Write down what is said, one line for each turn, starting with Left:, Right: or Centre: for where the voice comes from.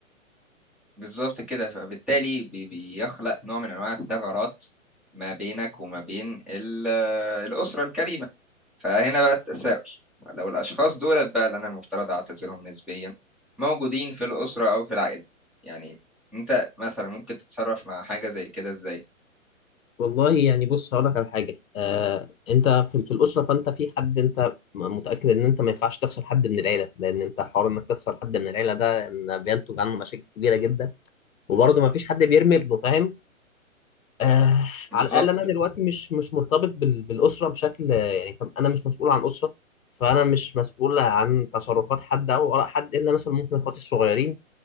Centre: بالظبط كده فبالتالي بي- بيخلق نوع من انواع الثغرات ما بينك وما بين ال- الاسره الكريمه فهنا بقى التساؤل لو الاشخاص دولت بقى اللي انا المفترض اعتذرهم نسبيا موجودين في الاسره او في العائله يعني انت مثلا ممكن تتصرف مع حاجه زي كده ازاي
Left: والله يعني بص هقول لك على حاجه آه انت في, في الاسره فانت في حد انت م- متاكد ان انت ما ينفعش تخسر حد من العيله لان انت حوار انك تخسر حد من العيله ده إن بينتج عنه مشاكل كبيره جدا وبرضه ما فيش حد بيرمي ابنه فاهم آه
Centre: بالظبط
Left: على الاقل انا دلوقتي مش مش مرتبط بال- بالاسره بشكل يعني فاهم؟ انا مش مسؤول عن اسره فانا مش مسؤول عن تصرفات حد او اراء حد الا مثلا ممكن اخواتي الصغيرين